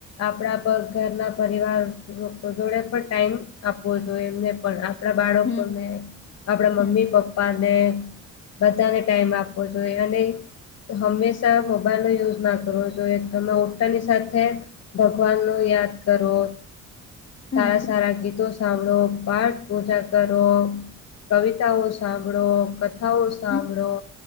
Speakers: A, on the left (about 55°); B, on the left (about 40°).
A: આપણા પ ઘરના પરિવાર જોડે પણ ટાઈમ આપો જોએ એમને પણ આપ આપ બાળકોને
B: હમ
A: આપડા
B: હમ
A: મમ્મી પપ્પા ને બધાને ટાઈમ આપવો જોઈએ અને હંમેશા મોબાઈલનો યુઝ ના કરવો જોએ તમે ઉલટાની સાથે ભગવાન નું યાદ કરવો
B: હમ
A: સારા સારા ગીતો સાંભળો પાઠ પૂજા કરો કવિતાઓ સાંભળો કથાઓ
B: હમ
A: હડ